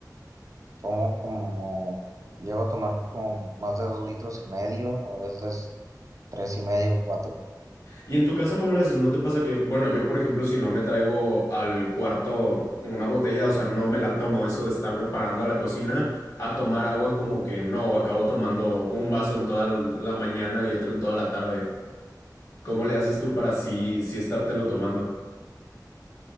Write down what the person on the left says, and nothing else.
¿Y en tu casa cómo le haces? ¿No te pasa que, bueno, yo por ejemplo, si no me traigo al cuarto una botella, o sea, no me la tomo, eso de estarme parando a la cocina a tomar agua como que no, acabo tomando un vaso en toda la mañana y otro en toda la tarde. ¿Cómo le haces tú para sí, sí estártelo tomando?